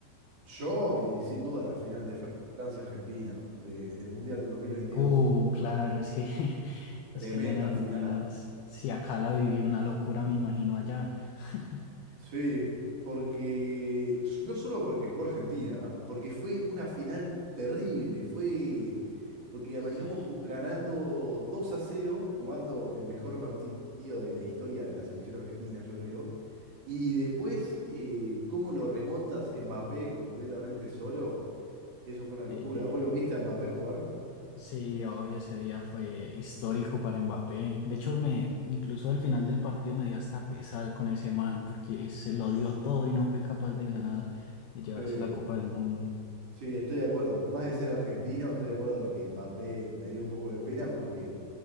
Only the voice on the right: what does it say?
Yo y sin duda la final de Fra- Francia-Argentina de- del Mundial del 2022.
Tremenda
final.
Sí, porque no solo porque jugó Argentina, porque fue una final terrible. Fue porque arrancamos
ju- ganando 2 a cero, jugando el mejor partido de la historia de la selección argentina, yo creo. Y después, eh, cómo lo remontas Mbappé completamente solo Eso fue una locura.
¿Vos lo viste a Mbappé jugar?
Sí.
Sí, estoy de acuerdo. Por más de ser argentino, estoy de acuerdo de que Mbappé me dio un poco de pena porque